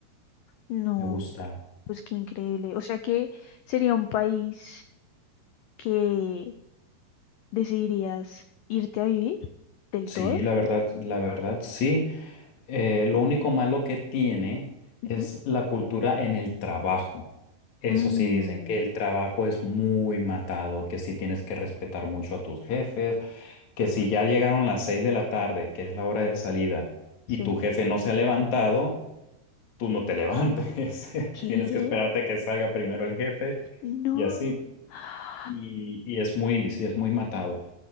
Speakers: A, on the left; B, on the left.
A: No,
B: Me gusta.
A: Pues qué increíble. O sea que sería un país que decidirías irte a vivir del
B: Sí,
A: todo.
B: la verdad, la verdad, sí. Eh, lo único malo que tiene
A: Ujú.
B: es la cultura en el trabajo. Eso
A: Mm,
B: sí, dicen que el trabajo es muy matado, que sí tienes que respetar mucho a tus jefes que si ya llegaron las 6 de la tarde, que es la hora de salida, y
A: sí.
B: tu jefe no se ha levantado, tú no te levantes. <laughs>
A: ¿Qué?
B: Tienes que esperarte que salga primero el jefe
A: No.
B: y así.
A: <gasps>
B: Y, y es muy, sí, es muy matado.